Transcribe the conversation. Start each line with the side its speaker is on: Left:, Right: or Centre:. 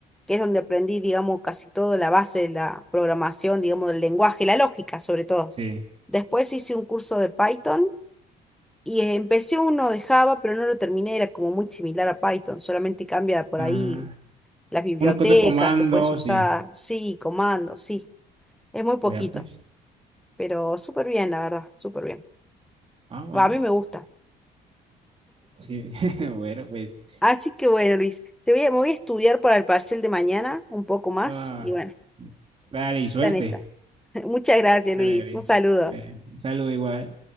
Centre: que es donde aprendí, digamos, casi toda la base de la programación, digamos, del lenguaje, la lógica sobre todo.
Right: Sí.
Centre: Después hice un curso de Python Y empecé uno de Java, pero no lo terminé, era como muy similar a Python, solamente cambia por
Right: Ah,
Centre: ahí las bibliotecas
Right: uno que otro comando,
Centre: que puedes usar,
Right: sí.
Centre: sí, comandos, sí, es muy poquito,
Right: Vea, pues.
Centre: pero súper bien, la verdad, súper bien.
Right: Ah, bueno.
Centre: Va, a mí me gusta.
Right: Sí. <laughs> Bueno, pues.
Centre: Así que bueno, Luis, te voy a, me voy a estudiar para el parcial de mañana un poco más
Right: no,
Centre: y bueno,
Right: Dale, y suerte.
Centre: está en esa. <laughs> Muchas gracias,
Right: Dale,
Centre: Luis,
Right: dale.
Centre: un saludo.
Right: Eh, un saludo igual.